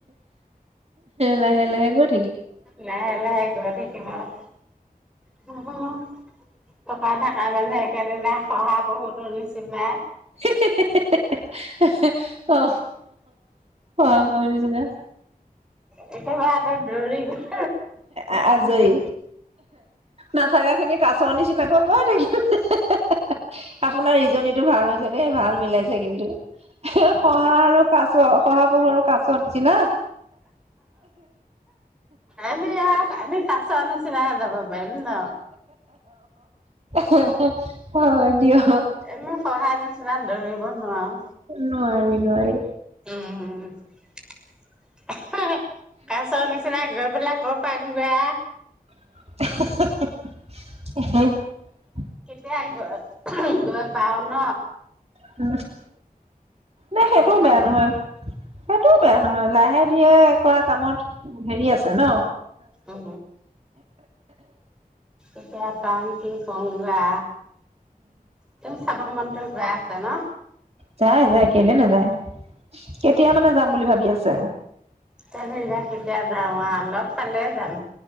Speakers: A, on the right; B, in the centre.
A: লাহে লাহে গই-
B: লাহে লাহে গৈ থাকিব। <unintelligible> <unintelligible> তাৰ মানে একেদিনা <unintelligible>
A: <unintelligible> অ অ কৰ দিছিল-
B: কেতিয়াবা হতত দৰি গল।
A: আজৰি নাথাকা খিনি কাচৰ নিচিনাকো ক থাকিলো আপোনাৰ ই জনীটো ভাল ই জনী দেই ভাল মিলাইছে কিন্তু। শহা আৰু কাছ শহা পহু আৰু কাছৰ নিচিনা।
B: আমি আমি। নিচিনা হে যাব পাৰিম ন
A: হে হে হয় দিয়ক
B: এনে সহায় নিচিনা দৌৰিব নোৱাৰো।
A: নোৱাৰি নোৱাৰি
B: উম উমহ কাছৰ নিচিনা গৈ পেলায় ক পাং বা
A: এহ হ হ আহ
B: কেতিয়া আহিব পাও ন
A: হে নে সেইটোও
B: ভগৱানে
A: বেয়া নহয় সেইটোও বেয়া নহয় লাহে-ধীৰে কৰা কামত হেৰি আছে ন
B: উ এতিয়া কি কং বা তেওঁ চাহৰ মান গৈয়ে আছে ন
A: যায় যায় কেলে নেযায় কেতিয়া মানে যাম বুলি ভাবি আছে
B: তা কেতিয়া যাম অ লগ পালে যাম